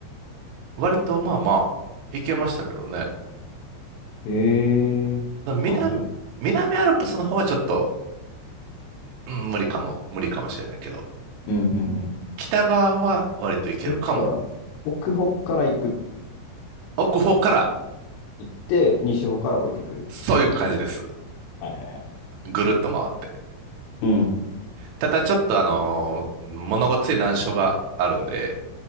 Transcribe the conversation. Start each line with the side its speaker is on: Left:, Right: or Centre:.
Right: 割とまあまあ行けましたけどね。
Left: へえ、
Right: 南、
Left: あ、これか。
Right: 南アルプスの方はちょっと、うん、無理かも、無理かもしれないけど、
Left: うん、うん、うん。
Right: 北側は割と行けるかも。
Left: どっちから、奥方から行く、
Right: 奥方から
Left: 行って、西方から降りてくる。
Right: そういう感じです。
Left: はいはいはい。
Right: ぐるっと回って。
Left: うん。
Right: ただちょっとあのー物ごっつい難所があるんで、